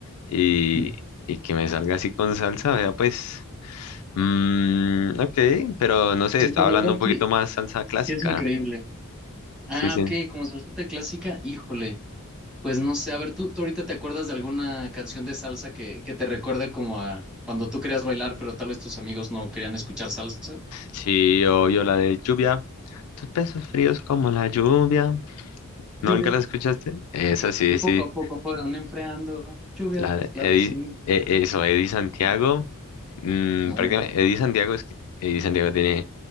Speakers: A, on the left; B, in the centre.
A: Y,
B: Mm.
A: y que me salga así con salsa, vea, pues. Mm, ok, pero no sé,
B: Sí,
A: estaba
B: pues
A: hablando
B: la verdad
A: un poquito
B: sí,
A: más salsa clásica.
B: sí es increíble. Ah,
A: Sí, sí.
B: ok, como salsita clásica, híjole. Pues no sé, a ver, ¿tú, tú ahorita te acuerdas de alguna canción de salsa que, que te recuerde como a cuando tú querías bailar, pero tal vez tus amigos no querían escuchar salsa?
A: Sí, obvio, la de lluvia. Tus besos fríos como la lluvia. ¿No,
B: Lluvia,
A: ¿Nunca la escuchaste? Esa sí,
B: que
A: sí.
B: poco a poco fueron enfriando. Lluvia,
A: La de
B: claro
A: Eddie,
B: que sí.
A: e- eso, Eddie Santiago. mm,
B: Hombre.
A: prácticamente, Eddie Santiago es que Eddie Santiego tiene.